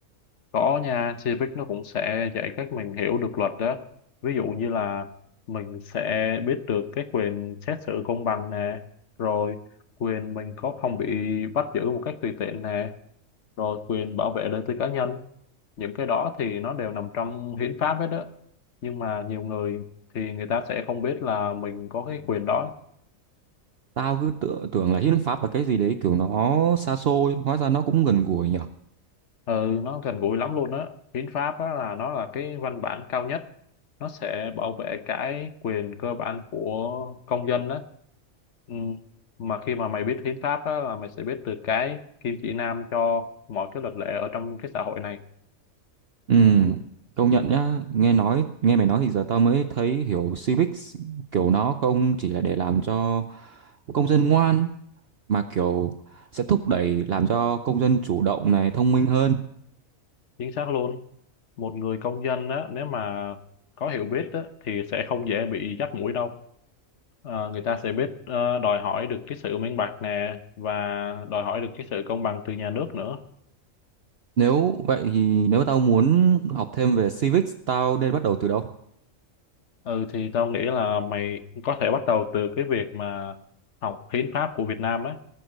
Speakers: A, on the left; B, on the right.
A: có nha Civic nó cũng sẽ dạy cách mình hiểu được luật đó ví dụ như là mình sẽ biết được cái quyền xét xử công bằng nè rồi quyền mình có không bị bắt giữ một cách tùy tiện nè rồi quyền bảo vệ đời tư cá nhân những cái đó thì nó đều nằm trong hiến pháp hết đó nhưng mà nhiều người thì người ta sẽ không biết là mình có cái quyền đó
B: Tao cứ tự, tưởng là hiến pháp là cái gì đấy kiểu nó xa xôi, hóa ra nó cũng gần gũi nhỉ.
A: ừ, nó gần gũi lắm luôn á hiến pháp đó là nó là cái văn bản cao nhất nó sẽ bảo vệ cái quyền cơ bản của công dân đó ừ. mà khi mà mày biết hiến pháp á là mày sẽ biết được cái kim chỉ nam cho mọi cái luật lệ ở trong cái xã hội này
B: Ừ, công nhận nhá, nghe nói nghe mày nói thì giờ tao mới thấy hiểu civics kiểu nó không chỉ là để làm cho công dân ngoan mà kiểu sẽ thúc đẩy làm cho công dân chủ động này thông minh hơn.
A: chính xác luôn một người công dân á nếu mà có hiểu biết á, thì sẽ không dễ bị dắt mũi đâu Ờ, người ta sẽ biết ờ, đòi hỏi được cái sự minh bạch nè và đòi hỏi được cái sự công bằng từ nhà nước nữa
B: Nếu vậy thì nếu tao muốn học thêm về civics, tao nên bắt đầu từ đâu?
A: Ừ thì tao nghĩ là mày có thể bắt đầu từ cái việc mà học hiến pháp của Việt Nam á,